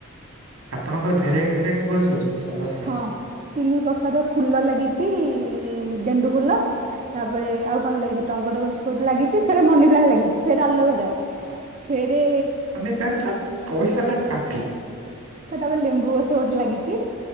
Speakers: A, on the right (about 75°); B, on the right (about 35°).
A: ଆପଣଙ୍କର ଭେରାଇଟି ଭେରାଇଟି ତୁଳସୀ ଗଛ ସାବାସ୍। ମ୍ୟାମ୍
B: ହଁ ତିନି ପ୍ରକାର ଫୁଲ ଲାଗିଚି ଗେଣ୍ଡୁ ଫୁଲ। ତାପରେ ଆଉ କଣ ଲାଗିଛି ଟଗର ଗଛପଟ ଲାଗିଛି ଫେରେ ମନି ପ୍ଲାଣ୍ଟ ଲାଗିଛି ଫେର ଆଲୋଭେରା ଫେରେ
A: ସେଣ <inaudible> ପଇସା ମାନେ କାଫି।
B: ସେଟା ବି ଲେମ୍ବୁ ଗଛ ଗୋଟେ ଲାଗିଛି